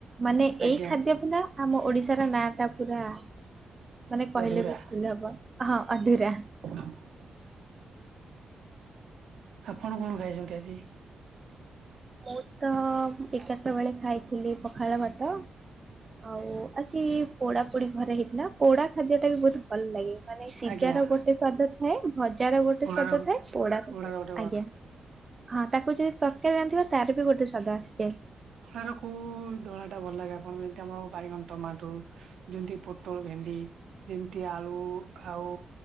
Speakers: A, on the right; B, on the right.
A: ମାନେ
B: ଆଜ୍ଞା
A: ଏଇ ଖାଦ୍ୟ ଵିନା ଆମ ଓଡିଶାର ନାଁ ଟା ପୁରା ମାନେ କହିଲେ
B: ଅଧୁରା
A: ବି ଭୁଲ୍ ହବ, ହଁ ଅଧୁରା।
B: <inaudible> ଆପଣ କଣ ଖାଇଛନ୍ତି ଆଜି?
A: ମୁଁ ତ ଏଗାରଟା ବେଳେ ଖାଇଥିଲି ପଖାଳ ଭାତ ଆଉ ଆଜି ପୋଡା ପୋଡି ଘରେ ହେଇଥିଲା, ପୋଡା ଖାଦ୍ୟ ଟା ବି ବହୁତ୍ ଭଲ୍ ଲାଗେ, ମାନେ ସିଜା
B: ଆଜ୍ଞା
A: ର ଗୋଟେ ସ୍ଵାଦ ଥାଏ, ଭଜାର ଗୋଟେ
B: ପୋଳାର
A: ସ୍ଵାଦ
B: ଗୋଟେ
A: ଥାଏ, ପୋଡା
B: ପୋଳାର ଗୋଟେ
A: ଆଜ୍ଞା
B: ଭାତ
A: ହଁ ତାକୁ ଯଦି ତ ର୍କାରି ରାନ୍ଧିବା ତାର ବି ଗୋଟେ ଶ୍ଵାଦ ଆସିଯାଏ।
B: ତାର କୋଉ ଦଳା ଟା ଭଲ୍ ଲାଗେ ଆପଣଙ୍କୁ, ଯେମ୍ତି ଆମର ବାଇଗଣ ଟମାଟୋ ଯେମିତି ପୋଟଳ ଭେଣ୍ଡି, ଯେମ୍ତି ଆଳୁ ଆଉ